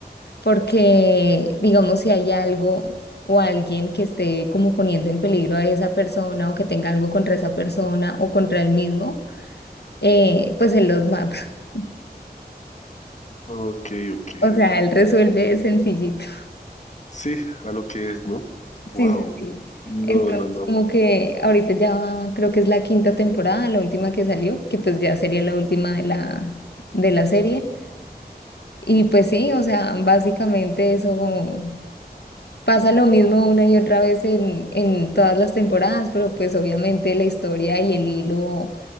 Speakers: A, on the left; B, on the left.
A: porque, digamos, si hay algo o alguien que esté como poniendo en peligro a esa persona o que tenga algo contra esa persona o contra él mismo, eh, pues él los mata. <laughs>
B: ok, ok,
A: O sea,
B: ok.
A: él resuelve sencillito.
B: Sí, a lo que es, ¿no? Wow.
A: Sí, sí, sí.
B: No,
A: Entonces,
B: no, no.
A: como que ahorita ya creo que es la quinta temporada, la última que salió, que pues ya sería la última de la, de la serie. Y pues sí, o sea, básicamente eso como- pasa lo mismo una y otra vez en, en todas las temporadas, pero pues obviamente la historia y el hilo,